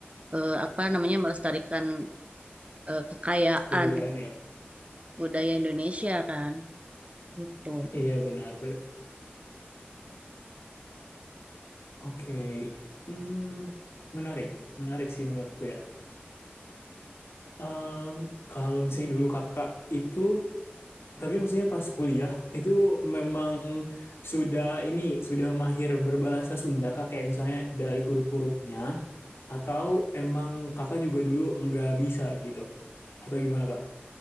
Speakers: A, on the right; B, on the left.
A: eh, apa namanya melestarikan eh, kekayaan
B: Kebudayaan ya.
A: budaya Indonesia kan gitu.
B: Iya, benar. Oke, Hmm, menarik, menarik sih menurutku ya. Em, kalau misalnya dulu kakak itu, tapi maksudnya pas kuliah itu memang sudah ini sudah mahir berbahasa Sunda kak, kayak misalnya dari huruf-hurufnya, atau emang kakak juga dulu nggak bisa gitu, atau gimana kak?